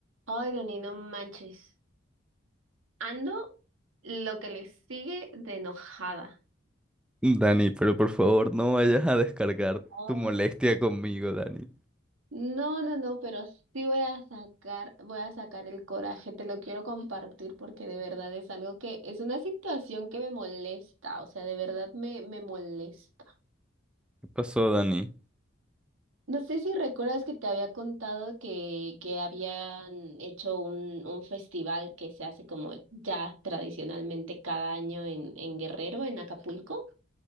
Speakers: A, on the right; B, in the centre.
A: Ay, Dani, no manches. Ando lo que le sigue de enojada.
B: Dani, pero por favor no vayas a descargar
A: Oh,
B: tu molestia conmigo, Dani.
A: no, no, no, pero sí voy a sacar, voy a sacar el coraje, te lo quiero compartir porque de verdad es algo que es una situación que me molesta, o sea, de verdad me, me molesta.
B: ¿Qué pasó, Dani?
A: No sé si recuerdas que te había contado que, que habían hecho un, un festival que se hace como ya tradicionalmente cada año en, en Guerrero, en Acapulco.